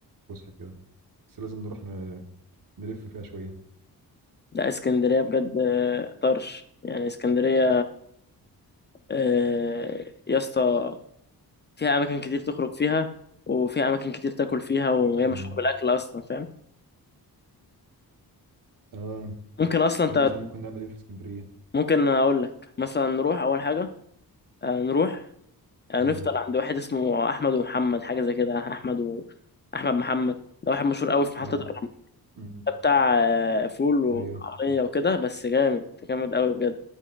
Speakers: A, on the right; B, on the left.
A: وفسحة كده بس لازم نروح ن- نلف فيها شوية
B: لا اسكندريه بجد آه، طرش يعني اسكندريه آه، يا اسطى فيها اماكن كتير تخرج فيها وفيها اماكن كتير تاكل فيها وهي
A: امم
B: مشهوره بالاكل اصلا فاهم
A: اه
B: ممكن اصلا انت
A: يعني مثلا ممكن نعمل ايه في اسكندرية
B: ممكن اقول لك مثلا نروح اول حاجه آه، نروح هنفطر
A: امم
B: عند واحد اسمه احمد ومحمد حاجه زي كده احمد و احمد محمد ده واحد مشهور قوي في محطه
A: اه
B: الرمل
A: امم
B: ده بتاع آه، فول وطعميه
A: ايوه
B: وكده بس جامد جامد قوي بجد